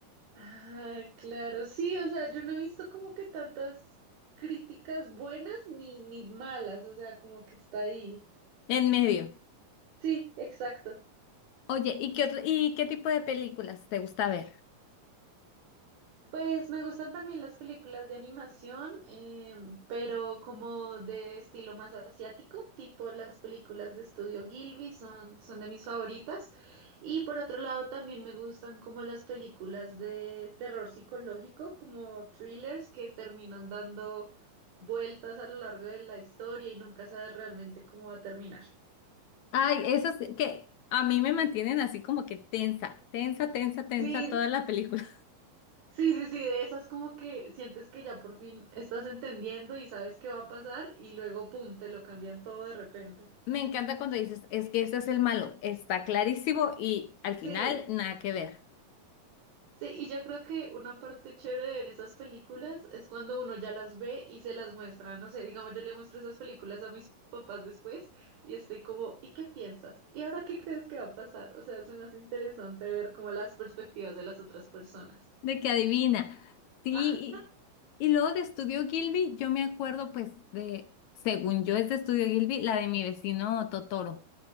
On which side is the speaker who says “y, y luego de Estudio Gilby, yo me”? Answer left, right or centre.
Left